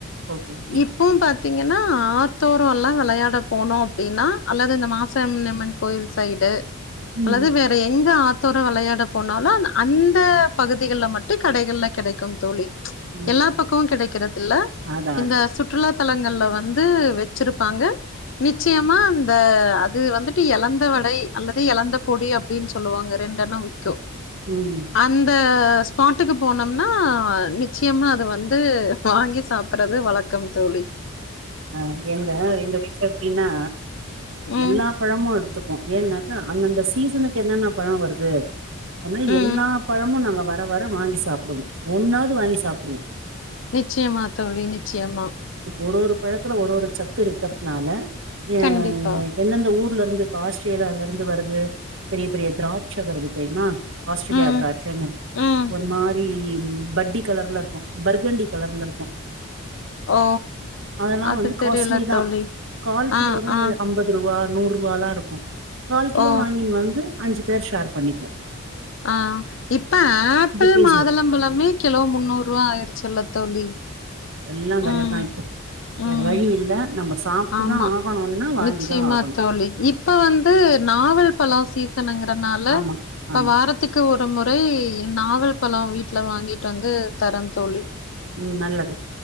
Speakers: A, on the right; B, on the left.
A: ஓகே ஓகே
B: இப்போவும் ப பாத்தீங்கன்னா ஆத்தோறலாம் விளையாட போனோம் அப்படின்னா அல்லது இந்த மாசானியம்மன் கோயில் சைடு
A: ம்
B: அல்லது வேற எங்க ஆத்தோர விளையாட போனாலும் அந்த பகுதிகல மட்டும் கடைகள்ல கிடைக்கும் தோழி
A: ம்
B: எல்லா பக்கமும் கிடைக்கும் கிறதுல
A: அதா
B: இந்த
A: அதா
B: சுற்றுலா தலங்கள்ல வந்து வச்சிருப்பாங்க நிச்சயமா அந்த அது வந்துட்டு எழந்த வடை அல்லது எழந்த பொடி அப்படின்னு சொல்லுவாங்க ரெண்டென்னம் விக்கும்
A: ம்
B: அந்த ஸ்பாட்டுக்கு போனோம்னா நிச்சயமா அது வந்து வாங்கி சாப்படறது வழக்கம் தோழி
A: அஹ் எங்க எங்க வீட்டுல எப்படின்னா
B: ம்,
A: எல்லா பழமும் கத்துப்போம் ஏன்னாக்கா அந்தந்த சீசனுக்கு என்னென்ன பழம் வருது அத மாரி
B: ம்.
A: எல்லா பழமும் நாங்க வர வர வாங்கி சாப்பிடுவோம் ஒன்னாவது வாங்கி சாப்டுவோம் ட்ரோம்
B: நிச்சயமா தோழி நிச்சயமா
A: ஒரு ஒரு பழத்துல ஒரு ஒரு சத்து இருக்கிறதுனால ஆ
B: கண்டிப்பா.
A: என்ந்தெந்த ஊர் ல இருந்து ஆஸ்திரேலில இருந்து வருது பெரிய பெரிய திராட்சா வருது தெரியுமா ஆஸ்திரேலியா
B: ம்,
A: திரா சென
B: ம்.
A: ஒரு மாதிரி உ பட்டி கலர்ல இருக்கும் பர்கண்டி கலர்ல இருக்கும்
B: ஓ
A: ஆமா
B: அது
A: இது
B: தெரியல
A: காஸ்ட்லிதா
B: தோழி.
A: கால் கிலோவே
B: ஆ, ஆ.
A: அம்பதுரு வா நூறு ரூவல்லாம் இருக்கும் கால் கிலோ
B: ஓ!
A: வாங்கினு வந்து அஞ்சு பேர் ஷேர் பண்ணிக்குவோம்
B: ஆ இப்ப ஆப்பிள்
A: பீஸு
B: மாதுளம்பழமே கிலோ முன்னூறு ரூபா ஆயிடுச்சுல்ல தோழி
A: எல்லாம் வெலதா
B: ம்,
A: இப்போ
B: ம்.
A: வேற வழி இல்ல நம்ம சாப்ட்டுதா
B: ஆமா
A: ஆகணுன்னா வாங்கிதா
B: நிச்சிமா
A: ஆகணு
B: தோழி இப்போ வந்து நாவல் பல சீ சன்ங்கறனால
A: ஆமா
B: இப்ப
A: ஆமா
B: வாரத்துக்கு ஒரு முறை நாவல் பழம் வீட்டுல வாங்கிட்டு வந்து தரன் தோழி
A: உம் நல்லது